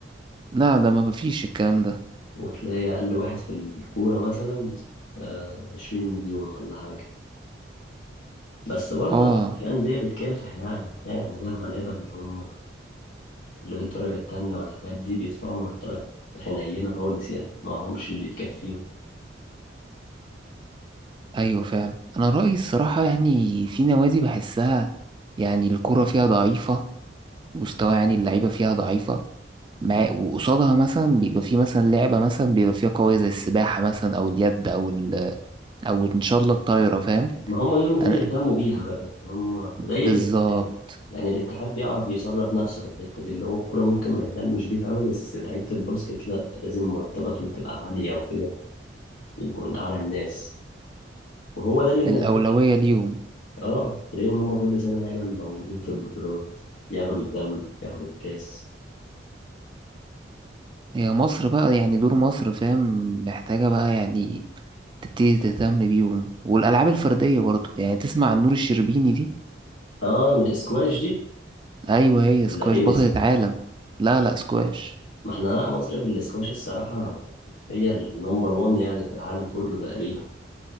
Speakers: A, on the right (about 25°); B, on the left (about 80°).
A: لا ده ما فيش الكلام ده
B: وتلاقي اقل واحد في الكوره مثلا آه 20 مليون ولا حاجه بس برضه
A: اه
B: في انديه بتكافح يعني تلاقي الانديه الغلابه اللي هم اللي في الدرجة التانية والحاجات دي بيدفعوا مرتبات حنينة خالص يعني ما همش اللي يكفيهم
A: ايوه فعلا انا رأيي الصراحة يعني في نوادي بحسها يعني الكرة فيها ضعيفة مستوى يعني اللعيبة فيها ضعيفة مع وقصادها مثلا بيبقى في مثلا لعبة مثلا بيبقى فيها قوية زي السباحة مثلا أو اليد أو ال... أو إن شاء الله الطايرة فاهم
B: ما هم دول المفروض
A: أنا
B: يهتموا بيها بقى يعني هم زي
A: بالظبط
B: الاتحاد يعني الاتحاد بيعرف يصرف نفسه في الحتة دي اللي هو الكورة ممكن ما يهتمش بيها قوي بس لعيبة الباسكت لا لازم مرتباتهم تبقى عالية وكده يبقوا من أعلى الناس وهو ده اللي منجح
A: الأولوية ليهم
B: اه تلاقيهم هم كل سنة دايما موجودين في البطولات ياخدوا الدوري ياخدوا الكاس
A: هي مصر بقى يعني دور مصر فاهم محتاجة بقى يعني تبتدي تهتم بيهم والألعاب الفردية برضو يعني تسمع عن نور الشربيني دي
B: اه من الاسكواش دي
A: أيوة هي
B: ولا
A: سكواش
B: تنس
A: بطلة
B: ولا
A: عالم لا لا سكواش
B: ما احنا لا مصر في الاسكواش الصراحة هي النمبر وان يعني في العالم كله تقريبا